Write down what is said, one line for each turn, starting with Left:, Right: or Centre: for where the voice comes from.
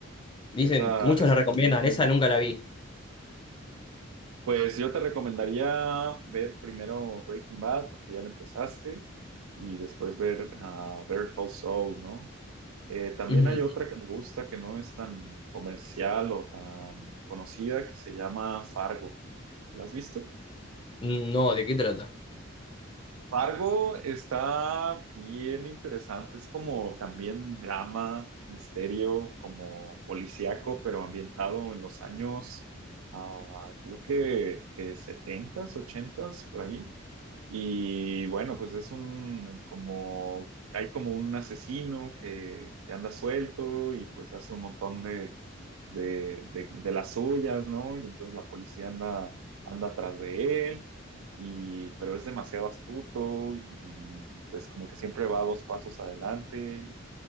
Left: Dicen,
Right: Esa,
Left: muchos
Right: esa
Left: la recomiendan,
Right: también es
Left: esa
Right: muy buena.
Left: nunca la vi.
Right: Pues yo te recomendaría ver primero Breaking Bad, porque ya lo empezaste, y después ver ah, Better Call Saul, ¿no? Eh, también
Left: <clears throat>
Right: hay otra que me gusta que no es tan comercial o tan conocida, que se llama Fargo. ¿La has visto?
Left: Mm, No, ¿de qué trata?
Right: Fargo está bien interesante, es como también drama, misterio, como policíaco, pero ambientado en los años, ah, creo que, que setentas, ochentas, por ahí. Y bueno, pues es un como, hay como un asesino que, que anda suelto y pues hace un montón de, de, de, de las suyas, ¿no? Y entonces la policía anda, anda atrás de él, y, pero es demasiado astuto y pues como que siempre va dos pasos adelante